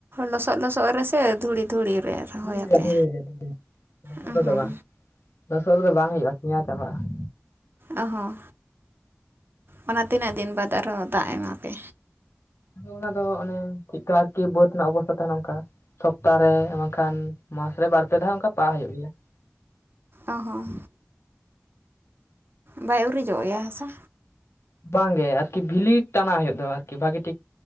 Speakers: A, on the right; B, on the left.
A: ᱞᱚᱥᱚᱫ ᱞᱚᱥᱚᱫ ᱨᱮᱥᱮ ᱫᱷᱩᱲᱤ ᱫᱷᱩᱲᱤ ᱨᱮ? ᱨᱚᱦᱚᱭᱟᱯᱮ
B: ᱫᱷᱩᱲᱤ ᱨᱮ ᱫᱷᱲᱤᱤ ᱞᱚᱥᱚᱫ
A: ᱚᱦᱚᱸ
B: ᱨᱮᱫᱚ ᱵᱟᱝ ᱞᱚᱥᱚᱫ ᱨᱮᱫᱚ ᱵᱟᱝ ᱦᱩᱭᱩᱜᱼᱟ ᱯᱮᱸᱭᱟ ᱪᱟᱵᱟᱜᱼᱟ ᱾
A: ᱚ ᱦᱚᱸ ᱚᱱᱟ ᱛᱤᱱᱟᱹᱜ ᱫᱤᱱ ᱵᱟᱫ ᱟᱨᱦᱚᱸ ᱫᱟᱜ ᱮᱢᱟ ᱯᱮ?
B: ᱟᱫᱚ ᱚᱱᱟ ᱫᱚ ᱚᱱᱮ ᱪᱮᱫ ᱠᱚ ᱟᱨᱠᱤ ᱵᱟᱹᱫ ᱨᱮᱱᱟᱜ ᱚᱵᱚᱥᱛᱷᱟ ᱛᱟᱦᱮᱱᱟ ᱚᱱᱠᱟ ᱾ ᱥᱚᱯᱛᱟᱨᱮ ᱵᱟᱝᱠᱷᱟᱱ ᱢᱟᱥ ᱨᱮ ᱵᱟᱨᱯᱮ ᱫᱷᱟᱣ ᱚᱱᱠᱟ ᱯᱟᱦ ᱦᱩᱭᱩᱜ ᱜᱮᱭᱟ ᱾
A: ᱚ ᱦᱚᱸ ᱵᱟᱭ ᱩᱨᱤᱡᱚᱜ ᱮᱭᱟ ᱦᱟᱥᱟ?
B: ᱵᱟᱝᱜᱮ ᱟᱨᱠᱤ ᱵᱷᱤᱞᱤ ᱴᱟᱱᱟ ᱦᱩᱭᱩᱜ ᱫᱚ ᱟᱨᱠᱤ ᱵᱷᱟᱜᱤ ᱴᱷᱤᱠ